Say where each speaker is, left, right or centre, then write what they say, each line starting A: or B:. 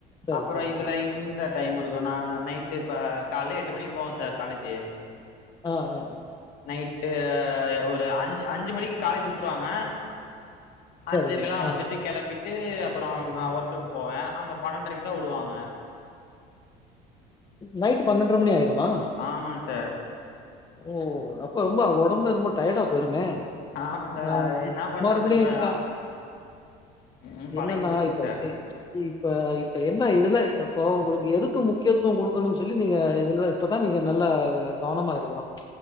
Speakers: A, on the left (about 25°); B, on the left (about 65°).
A: சரி,
B: அப்புறோ
A: சரி,
B: இதுல
A: சரி.
B: எங்கங் சார் டைம் இருக்கு நா நைட் இப்ப கால எட்டு மணிக்கு போவே சார் காலேஜு
A: அ அ அ
B: நைட்டு ய ஒரு அஞ்சு அஞ்சு மணிக்கு காலேஜ் விட்ருவாங்க அஞ்சரைக்கெல்லா
A: சரி. ஆ.
B: வந்துட்டு கெளம்பிட்டு அப்பறோ நா ஒர்க்குக்கு போவே அங்க பண்ணன்டிரைக்குதா வுடுவாங்க
A: நைட்டு பன்னெண்டரை மணி ஆயிருமா
B: ஆமாங்க சார்
A: ஓ அப்ப ரொம்ப ஒடம்பே ரொம்ப டயர்டா போயிருமே
B: ஆமா சார்
A: அ
B: அது என்ன பண்றது
A: மறுபடியு
B: இப்ப
A: இங்கா
B: ம் பழகி
A: என்னன்னா
B: போச்சுங்க
A: இப்ப
B: சார்
A: ஏய் இப் இப்ப இப்ப என்ன இதுல இப்போ உங்களுக்கு எதுக்கு முக்கியத்துவோ குடுக்கணுன் சொல்லி நீங்க இதுல இப்பதா நீங்க நல்ல கவனமா இருக்கணு